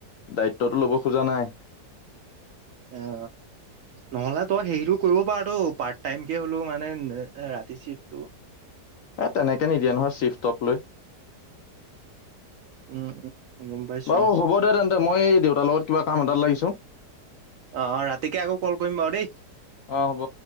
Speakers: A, on the left; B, on the right.
A: দায়িত্বটো ল'ব খোজা নাই
B: অ নহ'লে তই হেৰিতটো কৰিব পাৰ ত পাৰ্ট টাইমকে হ'লো মানে ৰাতি চফটো
A: এ তেনেকে নিদিয়ে নহয় চিফটক লৈ
B: উম, উম, গম পাইছো।
A: বাৰু হ'ব দে তেন্তে মই এই দেউতাৰ লগত কিবা কাম এডাল লাগিছো
B: আহ অ ৰাতিকে আকৌ কল কৰিম বাৰু দেই
A: অ হ'ব